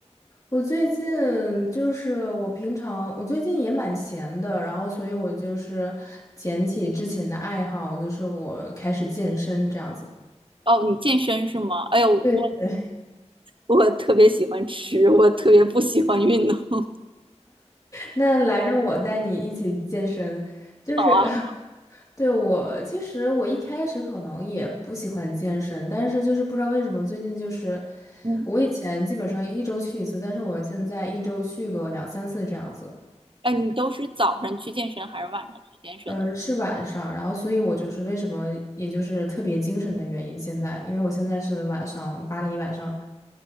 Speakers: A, on the left; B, on the right.
A: 我最近就是我平常我最近也蛮闲的，然后所以我就是捡起之前的爱好，就是我开始健身这样子。
B: 哦，你健身是吗？哎呦，我
A: 对对。
B: 我特别喜欢吃，我特别不喜欢运动。<laughs>
A: 那来让我带你一起健身，就是
B: 好啊，
A: <laughs> 对我其实我一开始可能也不喜欢健身，但是就是不知道为什么最近就是
B: 嗯，
A: 我以前基本上一周去一次，但是我现在一周去个两三次这样子，
B: 哎，你都是早上去健身还是晚上去健身的
A: 呃，是晚上，然后所以我就是为什么也就是特别精神的原因，现在因为我现在是晚上巴黎晚上